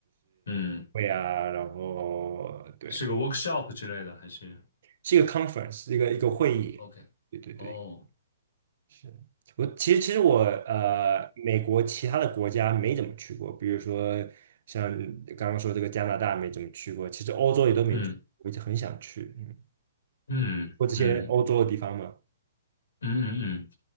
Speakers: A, on the left (about 80°); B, on the right (about 60°).
A: 嗯，
B: 会啊，然后对，
A: 是个 workshop 之类的还是
B: 是一个 conference，一个一个会议，
A: ？OK，
B: 对对对，
A: 哦，
B: 是。我其实其实我呃，美国其他的国家没怎么去过，比如说像刚刚说这个加拿大没怎么去过，其实欧洲也都没去，
A: 嗯
B: 我一直很想去，嗯，
A: 嗯嗯。
B: 或这些欧洲的地方嘛。
A: 嗯嗯嗯，